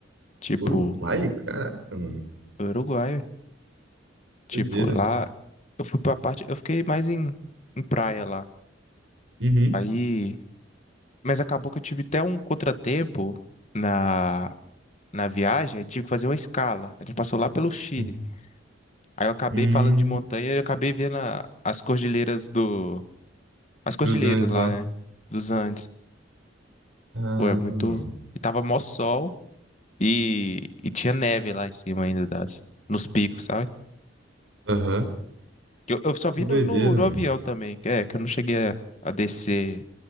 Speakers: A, on the left (about 35°); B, on the right (about 80°).
A: Tipo,
B: Uruguai? Caraca, mano.
A: Uruguai. Tipo,
B: Doideira.
A: lá eu fui pra parte. Eu fiquei mais em, em praia lá.
B: Uhum.
A: Aí. Mas acabou que eu tive até um contratempo na, na viagem. aí tive que fazer uma escala. A gente passou lá pelo Chile.
B: Hum,
A: Aí eu acabei
B: Hum.
A: falando de montanha e eu acabei vendo a- as cordilheiras do. As
B: dos
A: cordilheiras
B: Andes
A: lá,
B: lá.
A: né? Dos Andes.
B: Caramba,
A: Pô, é muito.
B: mano.
A: E tava mó sol e, e tinha neve lá em cima ainda das, nos picos, sabe?
B: Aham.
A: Eu, eu só vi
B: Que doideira,
A: no, no, no
B: mano.
A: avião também, que é que eu não cheguei a, a descer